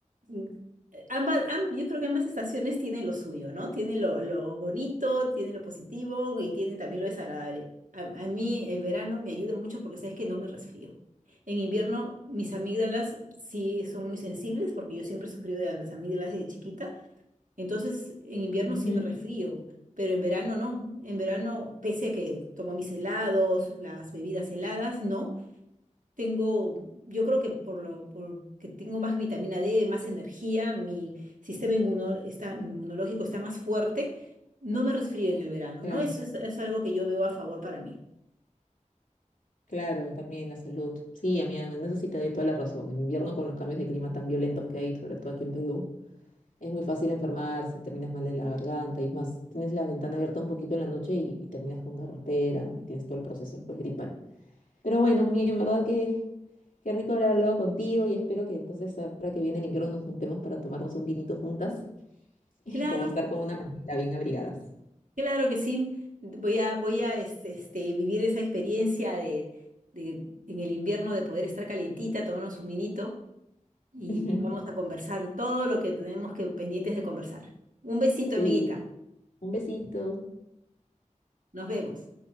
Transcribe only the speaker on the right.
mm, Ambas, am- yo creo que ambas estaciones tienen lo suyo, ¿no? Tienen lo, lo bonito, tienen lo positivo y tienen también lo desagradable. A, a mí el verano me ayuda mucho porque sabes que no me resfrío. En invierno mis amígdalas sí son muy sensibles porque yo siempre he sufrido de las amígdalas de chiquita. Entonces en invierno
sí me resfrío, pero en verano no. En verano, pese a que tomo mis helados, las bebidas heladas, no tengo, yo creo que por lo, porque tengo más vitamina D, más energía, mi sistema inmuno- está- inmunológico está más fuerte, no me resfrío en el verano,
¿no? Eso es, es algo que yo veo a favor para mí.
Claro,
claro que sí. Voy a, voy a este, este, vivir esa experiencia de, de en el invierno de poder estar calientita, tomarnos un vinito y
vamos a conversar todo lo que tenemos que pendientes de conversar. Un besito,
amiguita.
Nos vemos.